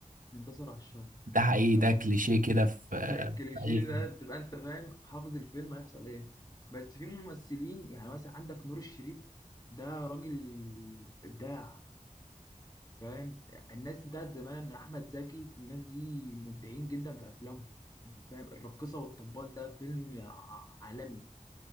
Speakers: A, on the left; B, on the right.
A: ينتصر على الشر
B: ده حقيقي
A: ف...
B: ده كليشيه كده في آه،
A: الكليشيه
B: في أي
A: ده بتبقى انت فاهم حافظ الفيلم هيحصل ايه بس في ممثلين يعني مثلا عندك نور الشريف ده راجل ابداع فاهم الناس بتاعت زمان احمد زكي الناس دي مبدعين جدا في افلامهم يعني فاهم الراقصه والطبال ده فيلم ع- عالمي